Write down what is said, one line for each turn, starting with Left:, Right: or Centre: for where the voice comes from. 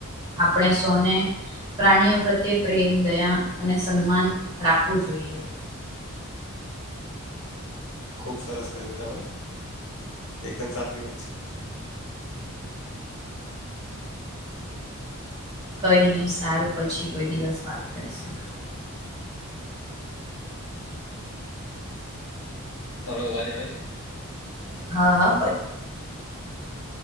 Right: આપણે સોને પ્રાણીઓ પ્રત્યે પ્રેમ દયા અને સન્માન રાખવું જોઈએ.
Left: ખુબ સરસ કહ્યું તમે એકદમ સાચી વાત છે.
Right: કઈ નહી સારું પછી કોઈ દિવસ વાત કરશું
Left: મારો અવાજ આવે છે.
Right: હા હા બ